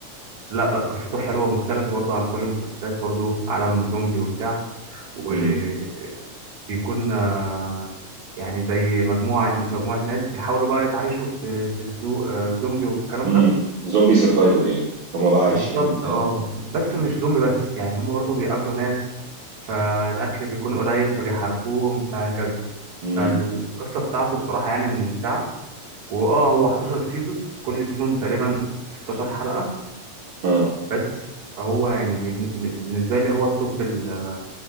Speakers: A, on the right (about 50°); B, on the right (about 70°).
A: لا لا قصته حلوه ومختلفه برضو عن كل المسلسلات برضو عالم زومبي وبتاع وبيكون
B: مم.
A: آه، يعني زي مجموعه مجموعه ناس بيحاولوا بقى يتعايشوا في في الزو... آه، الزومبي والكلام
B: مم.
A: ده
B: زومبي سرفايفل يعني هما بقى عايشين
A: بالظبط
B: وبتعمل
A: اه بس مش زومبي بس يعني هم برضه بيقابلوا ناس فالأكل بيكون قليل فبيحاربوهم فهكذا
B: امم
A: فالقصة بتاعته بصراحة يعني ممتعة واه هو 11 سيزون كل سيزون تقريبا 16 حلقة
B: اه
A: بس هو يعني من- من- بالنسبة لي هو التوب ال-